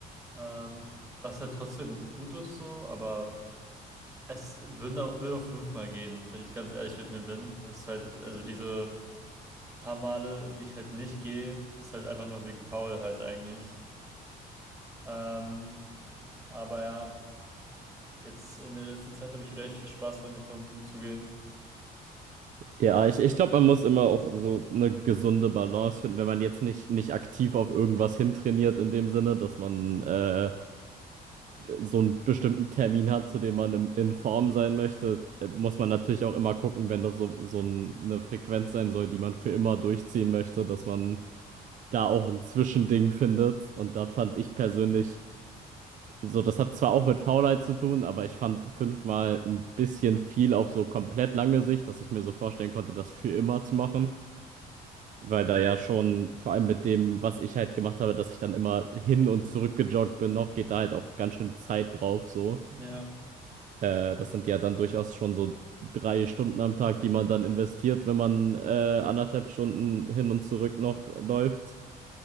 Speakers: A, on the right; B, on the right.
A: Ähm, was halt trotzdem gut ist so, aber Es würde auch, würde auch fünfmal gehen, wenn ich ganz ehrlich mit mir bin. Das ist halt, also diese paar Male, die ich halt nicht gehe, ist halt einfach nur wegen Faulheit eigentlich. Ähm, aber ja, jetzt in der letzten Zeit habe ich wieder echt viel Spaß dran gefunden zu gehen.
B: Ja, ich, ich glaube, man muss immer auch so eine gesunde Balance finden, wenn man jetzt nicht, nicht aktiv auf irgendwas hintrainiert, in dem Sinne, dass man äh, so einen bestimmten Termin hat, zu dem man im, in Form sein möchte, äh, muss man natürlich auch immer gucken, wenn das so, so ein- eine Frequenz sein soll, die man für immer durchziehen möchte, dass man da auch ein Zwischending findet. Und da fand ich persönlich So, das hat zwar auch mit Faulheit zu tun, aber ich fand fünfmal ein bisschen viel auf so komplett lange Sicht, dass ich mir so vorstellen konnte, das für immer zu machen. Weil da ja schon, vor allem mit dem, was ich halt gemacht habe, dass ich dann immer hin und zurück gejoggt bin, noch geht da halt auch ganz schön Zeit drauf, so.
A: Ja.
B: Äh, das sind ja dann durchaus schon so drei Stunden am Tag, die man dann investiert, wenn man äh, anderthalb Stunden hin und zurück noch läuft.